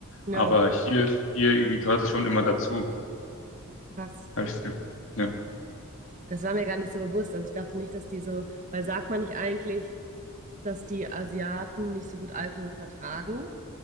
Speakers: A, on the right; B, on the left.
A: Ja,
B: Aber hier, hier irgendwie gehört das schon immer dazu,
A: krass.
B: habe ich das Gefühl. Ja.
A: Das war mir gar nicht so bewusst. Also ich dachte nicht, dass die so, weil sagt man nicht eigentlich, dass die Asiaten nicht so gut Alkohol vertragen?